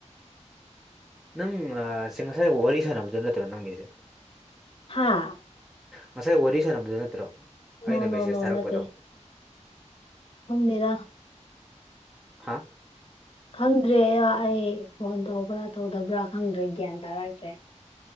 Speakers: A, in the centre; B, on the left.
A: ꯅꯪꯁꯦ ꯉꯁꯥꯏ ꯋꯥꯔꯤ ꯁꯥꯟꯅꯕꯗꯨ ꯅꯠꯇ꯭ꯔ ꯅꯪꯒꯤꯁꯦ
B: ꯍꯥꯥ
A: ꯉꯁꯥꯏ ꯋꯥꯔꯤ ꯁꯥꯟꯅꯕꯗꯨ ꯅꯠꯇ꯭ꯔꯣ
B: ꯅꯣ
A: ꯑꯩꯅ
B: ꯅꯣ
A: ꯃꯦꯁꯦꯖ
B: ꯅꯣ
A: ꯊꯥꯔꯛꯄꯗꯣ
B: ꯅꯠꯇꯦ ꯈꯪꯗꯦꯗ
A: ꯍꯥꯥ
B: ꯈꯪꯗ꯭ꯔꯦ ꯑꯩ ꯐꯣꯟ ꯇꯧꯕ꯭ꯔꯥ ꯇꯧꯗꯕ꯭ꯔꯥ ꯈꯪꯗ꯭ꯔꯦ ꯒ꯭ꯌꯥꯟ ꯇꯥꯔꯛꯇ꯭ꯔꯦ